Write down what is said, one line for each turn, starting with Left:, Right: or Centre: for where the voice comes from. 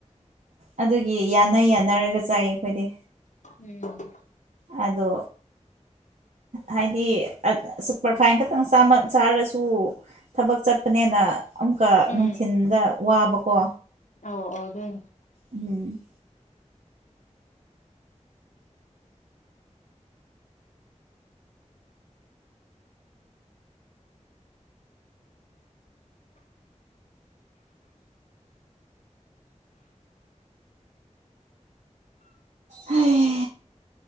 Right: ꯑꯗꯨꯒꯤ ꯌꯥꯅ ꯌꯥꯅꯔꯒ ꯆꯥꯏꯌꯦ ꯑꯩꯈꯣꯏꯗꯤ
Left: ꯎꯝ
Right: ꯑꯗꯣ ꯍꯥꯏꯗꯤ ꯁꯨꯄ꯭ꯔ ꯐꯥꯏꯟ ꯈꯛꯇꯪ ꯆꯥꯃꯜ ꯆꯥꯔꯁꯨ ꯊꯕꯛ ꯆꯠꯄꯅꯦꯅ ꯑꯃꯨꯛꯀ
Left: ꯎꯝ
Right: ꯅꯨꯡꯊꯤꯟꯗ ꯋꯥꯕꯀꯣ
Left: ꯑꯧ ꯑꯣꯏꯗꯨꯅꯤ
Right: ꯎꯝ ꯍꯥꯏ